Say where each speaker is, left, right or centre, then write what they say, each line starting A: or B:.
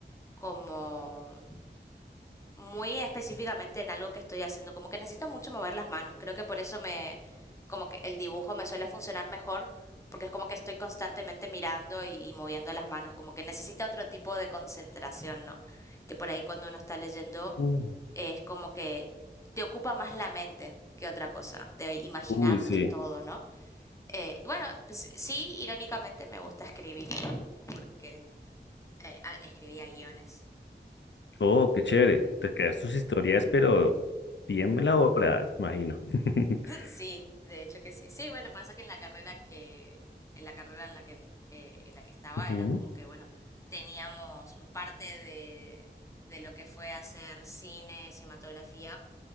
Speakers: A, on the left; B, on the left.
A: como muy específicamente en algo que estoy haciendo, como que necesito mucho mover las manos, creo que por eso me, como que el dibujo me suele funcionar mejor, porque es como que estoy constantemente mirando y, y moviendo las manos, como que necesita otro tipo de concentración, ¿no? Que por ahí cuando uno está leyendo
B: Mm.
A: eh, es como que te ocupa más la mente que otra cosa, de imaginarte
B: Uy, sí.
A: todo, ¿no? Eh, y bueno, pues, sí, irónicamente me gusta escribir, porque eh, escribía guiones
B: Oh, qué chévere. Te creas tus historias, pero bien elaboradas, imagino. <laughs>
A: Sí, de hecho que sí. Sí, bueno, pasa que en la carrera que en la carrera en la que eh, en la que estaba
B: Ujú.
A: era como que bueno, teníamos parte de de lo que fue hacer cine, cinematografía,